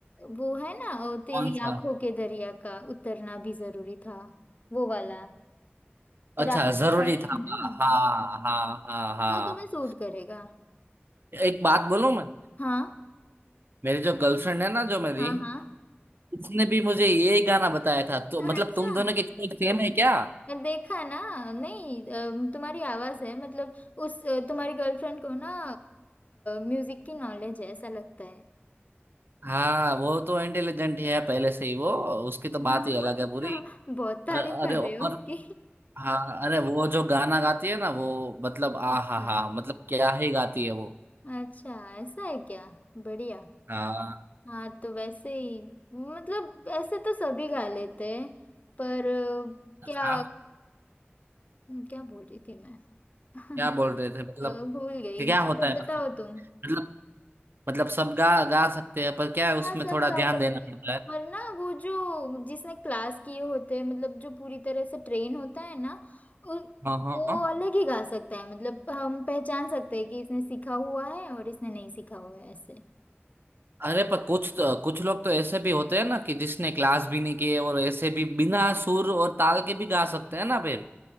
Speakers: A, on the left (about 35°); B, on the right (about 60°).
A: वो है ना अ, तेरी
B: कौन सा
A: आंखों के दरिया का उतरना भी जरूरी था वो वाला
B: अच्छा
A: राहत
B: जरूरी
A: का ही
B: था
A: है ना
B: हाँ हाँ हाँ हाँ
A: वो तुम्हें सूट करेगा
B: एक बात बोलूं मैं
A: हाँ
B: मेरी जो गर्लफ्रेंड है ना जो मेरी
A: हाँ हाँ
B: उसने भी मुझे यही गाना बताया था तो
A: <laughs> अच्छा
B: मतलब तुम दोनों की चॉइस सेम है क्या
A: मैं देखा ना नहीं अ, तुम्हारी आवाज है मतलब उस अ, तुम्हारी गर्लफ्रेंड को ना म्यूजिक की नॉलेज है ऐसा लगता है
B: हाँ वो तो इंटेलिजेंट है पहले से ही वो उसकी
A: <laughs>
B: तो
A: बहुत
B: बात ही अलग है पूरी
A: तारीफ
B: अ-
A: कर
B: अरे और
A: रहे हो उसकी
B: हाँ अरे वो जो गाना गाती है ना वो मतलब आ
A: अच्छा
B: हा हा मतलब क्या ही गाती है वो
A: अच्छा ऐसा है क्या बढ़िया
B: हाँ
A: हाँ तो वैसे ही मतलब ऐसे तो सभी गा लेते हैं पर अ, क्या
B: हाँ
A: क्या बोल रही थी मैं <laughs>
B: क्या बोल रहे थे मतलब
A: अ, भूल गई
B: कि क्या होता
A: वो
B: है
A: बताओ तुम
B: मतलब मतलब सब गा गा सकते हैं पर क्या है उसमें
A: हाँ सब
B: थोड़ा
A: गा
B: ध्यान
A: सकते
B: देना
A: हैं।
B: पड़ता है
A: और ना वो जो जिसने क्लास किए होते हैं मतलब जो पूरी तरह से ट्रेन होता है ना उ-
B: हाँ हाँ
A: वो
B: हाँ।
A: अलग ही गा सकता है मतलब हम पहचान सकते हैं कि इसने सीखा हुआ है और इसने नहीं सीखा हुआ है ऐसे
B: अरे पर कुछ तो, कुछ लोग तो ऐसे भी होते हैं ना कि जिसने क्लास भी नहीं किए और ऐसे भी बिना सुर और ताल के भी गा सकते हैं ना फिर